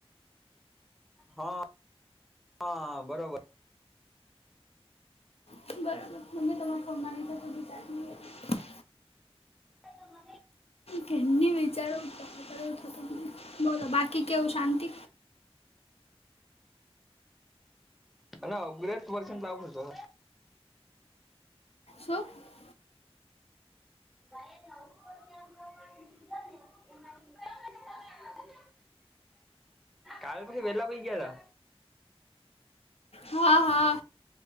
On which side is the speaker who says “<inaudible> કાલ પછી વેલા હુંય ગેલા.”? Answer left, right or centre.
Centre